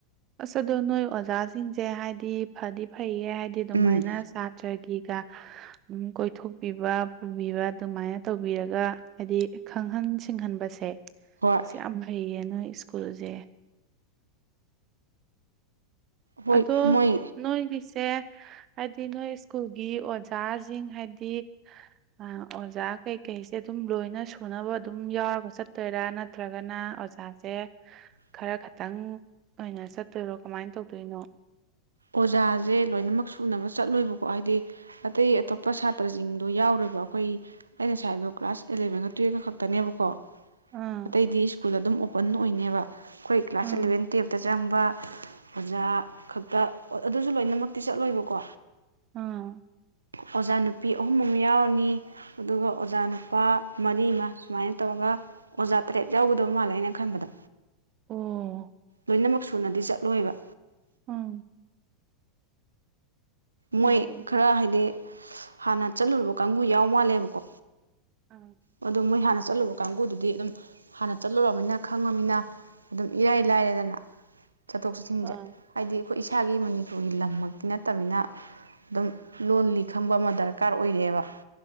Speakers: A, on the right (about 35°); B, on the right (about 75°).
A: ꯑꯁ ꯑꯗꯣ ꯅꯣꯏ ꯑꯣꯖꯥꯁꯤꯡꯁꯦ ꯍꯥꯏꯗꯤ ꯐꯗꯤ ꯐꯩꯌꯦ ꯍꯥꯏꯗꯤ ꯑꯗꯨꯃꯥꯏꯅ
B: ꯎꯝ
A: ꯁꯥꯥꯇ꯭ꯔꯒꯤꯒ ꯑꯗꯨꯝ ꯀꯣꯏꯊꯣꯛꯄꯤꯕ ꯄꯨꯕꯤꯕ ꯑꯗꯨꯃꯥꯏꯅ ꯇꯧꯕꯤꯔꯒ ꯍꯥꯏꯗꯤ ꯈꯪꯍꯟ ꯁꯤꯡꯍꯟꯕꯁꯦ
B: ꯍꯣꯏ
A: ꯁꯤ ꯌꯥꯝ ꯐꯩꯌꯦ ꯅꯣꯏ ꯁ꯭ꯀꯨꯜꯁꯦ
B: ꯍꯣꯏ
A: ꯑꯗꯣ
B: ꯃꯣꯏ
A: ꯅꯣꯏꯒꯤꯁꯦ ꯍꯥꯏꯗꯤ ꯅꯣꯏ ꯁ꯭ꯀꯨꯜꯒꯤ ꯑꯣꯖꯥꯁꯤꯡ ꯍꯥꯏꯗꯤ ꯑ ꯑꯣꯖꯥ ꯀꯩꯀꯩꯁꯦ ꯑꯗꯨꯝ ꯂꯣꯏꯅ ꯁꯨꯅꯕ ꯑꯗꯨꯝ ꯌꯥꯎꯔꯒ ꯆꯠꯇꯣꯏꯔꯥ ꯅꯠꯇ꯭ꯔꯒꯅ ꯑꯣꯖꯥꯁꯦ
B: ꯎꯝ
A: ꯈꯔ ꯈꯇꯪ ꯑꯣꯏꯅ ꯆꯠꯇꯣꯏꯔꯣ ꯀꯃꯥꯏꯅ ꯇꯧꯗꯣꯏꯅꯣ
B: ꯑꯣꯖꯥꯁꯦ ꯂꯣꯏꯅꯃꯛ ꯁꯨꯅꯕ ꯆꯠꯂꯣꯏꯕꯀꯣ ꯍꯥꯏꯗꯤ ꯑꯇꯩ ꯑꯇꯣꯞꯄ ꯁꯥꯇ꯭ꯔꯁꯤꯡꯗꯣ ꯌꯥꯎꯔꯤꯕ ꯑꯩꯈꯣꯏ ꯑꯩ ꯉꯁꯥꯏ ꯍꯥꯏꯕꯗꯣ ꯀ꯭ꯂꯥꯁ ꯑꯦꯂꯚꯦꯟꯒ ꯇꯨꯋꯦꯜꯞꯀ ꯈꯛꯇꯅꯦꯕꯀꯣ
A: ꯑꯥ
B: ꯑꯇꯩꯗꯤ ꯁ꯭ꯀꯨꯜ ꯑꯗꯨꯝ ꯑꯣꯄꯟ ꯑꯣꯏꯅꯅꯦꯕ ꯑꯩꯈꯣꯏ ꯀ꯭ꯂꯥꯁ
A: ꯑꯥ
B: ꯑꯦꯂꯚꯦꯟ ꯇꯨꯌꯦꯜꯞꯇ ꯆꯪꯕ ꯑꯣꯖꯥ ꯈꯛꯇ ꯑꯗꯨꯁꯨ ꯂꯣꯏꯅꯃꯛꯇꯤ ꯆꯠꯂꯣꯏꯕꯀꯣ
A: ꯑꯥ
B: ꯑꯣꯖꯥ ꯅꯨꯨꯄꯤ ꯑꯍꯨꯝ ꯑꯃꯝ ꯌꯥꯎꯔꯅꯤ ꯑꯗꯨꯒ ꯑꯣꯖꯥ ꯅꯨꯄꯥ ꯃꯔꯤ ꯑꯃ ꯁꯨꯃꯥꯏꯅ ꯇꯧꯔꯒ ꯑꯣꯖꯥ ꯇꯔꯦꯠ ꯌꯥꯎꯒꯗꯕ ꯃꯥꯜꯂꯦ ꯑꯩꯅ ꯈꯟꯕꯗ
A: ꯎꯝ
B: ꯂꯣꯏꯅꯃꯛ ꯁꯨꯅꯗꯤ ꯆꯠꯂꯣꯏꯕ
A: ꯎꯝ
B: ꯃꯣꯏ
A: ꯑꯣ ꯑꯗꯨꯝ
B: ꯈꯔ ꯍꯥꯏꯗꯤ ꯍꯥꯟꯅ ꯆꯠꯂꯨꯔꯕ ꯀꯥꯡꯕꯨ ꯌꯥꯎ ꯃꯥꯜꯂꯦꯕꯀꯣ
A: ꯑꯝ
B: ꯑ ꯃꯣꯏ ꯍꯥꯟꯅ ꯆꯠꯂꯨꯕ ꯀꯥꯡꯕꯨꯗꯨꯗꯤ ꯑꯗꯨꯝ ꯍꯥꯟꯅ ꯆꯠꯂꯨꯅꯤꯅ ꯈꯪꯉꯃꯤꯅ ꯑꯗꯨꯝ ꯏꯔꯥꯏ ꯂꯥꯏꯔꯦꯗꯅ ꯆꯠꯊꯣꯛ ꯆꯠꯁꯤꯟꯁꯦ
A: ꯑꯥ
B: ꯍꯥꯏꯗꯤ ꯑꯩꯈꯣꯏ ꯏꯁꯥꯒꯤ ꯃꯅꯤꯄꯨꯔꯒꯤ ꯂꯝꯃꯛꯇꯤ ꯅꯠꯇꯅꯤꯅ ꯑꯗꯨꯝ ꯂꯣꯜꯂꯤ ꯈꯪꯕ ꯑꯃ ꯗꯔꯀꯥꯔ ꯑꯣꯏꯔꯛꯑꯦꯕ